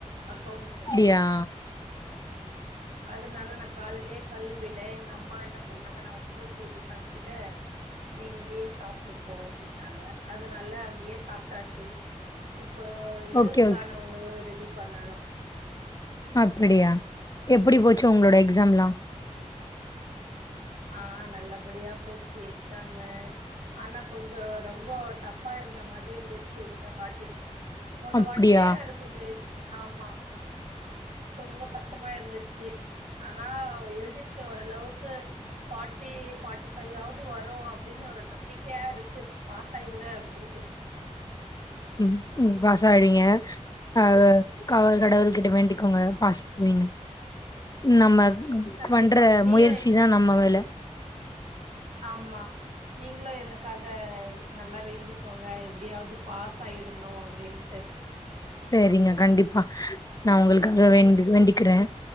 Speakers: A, on the right; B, on the left.
A: அக்கௌன்ஸ்
B: யா
A: அதனால நா காலைலே கெளம்பிட்டேன் எங்க அம்மா என்ன சொன்னாங்க நான் ஒனக்கு சேத்து சமச்சிட்டே நீ இங்கேயே சாப்ட்டுக்கோ அப்டின்னாங்க அதுனால அங்கயே சாப்ட்டாச்சு இப்ப இரவுக்கான
B: ஓகே ஓகே
A: உணவு ரெடி பண்ணணு
B: அப்டியா எப்டி போச்சு உங்களோட எக்ஸாம்லாம்
A: அ நல்லபடியா போச்சு எக்ஸாமு ஆனா கொஞ்ச ரொம்ப டஃப்பா இருந்த மாதிரி இருந்துச்சு இந்த வாட்டி போன
B: அப்டியா
A: வாட்டியே அது கொஞ்ச இ ஆமா ரொம்ப கஷ்டமா இருந்துச்சு ஆனா எழுதியிருக்க ஓரளவுக்கு ஃபாட்டி ஃபாட்டி ஃபைவ் ஆவது வரும் அப்டின்னு ஒரு நம்பிக்கையா இருக்கு பாஸ் ஆயிருவேன் அப்டின்ட்டு
B: ம் ம் பாஸ் ஆயிடுவீங்க அ கடவுள் கிட்ட வேண்டிக்கோங்க பாஸா <unintelligible> நம்ம
A: கண்டிப்பா
B: பண்ற
A: நீயு
B: முயற்சி
A: எங்
B: தா நம்ம வேல
A: ஆமா நீங்களும் எனக்காக நல்லா வேண்டிக்கோங்க எப்படியாவது பாஸ் ஆயிடணு அப்டின்ட்டு
B: சேரிங்க கண்டிப்பா நா உங்களுக்காக வேண்டு வேண்டிக்கிறேன்